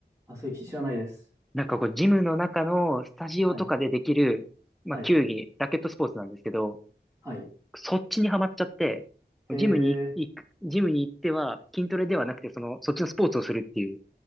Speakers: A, on the right; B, in the centre.
A: あ、それ知らないです。
B: なんかこう、ジムの中のスタジオとかでできる、
A: はい。
B: まあ、
A: はい。
B: 球技、ラケットスポーツなんですけど、
A: はい。
B: そっちにはまっちゃって、
A: へ
B: ジムに行く、
A: え。
B: ジムに行っては筋トレではなくて、その、そっちのスポーツをするっていう、